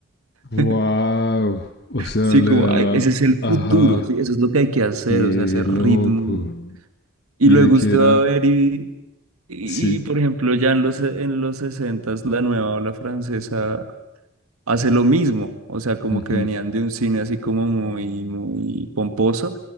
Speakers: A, on the left (about 50°); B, on the right (about 80°).
A: Wow.
B: <laughs>
A: O sea,
B: Sí,
A: le
B: como
A: daba.
B: "Ay, ese es el
A: Ajá.
B: futuro, sí, eso es lo que hay que hacer,
A: Qué
B: o sea, ese ritmo.
A: loco.
B: Y
A: Y
B: luego
A: de que
B: usted
A: era.
B: va a ver y, y,
A: Sí.
B: y, por ejemplo, ya en los, en los 60 la nueva ola francesa hace lo mismo, o sea, como
A: ujú.
B: que venían de un cine así como muy, muy pomposo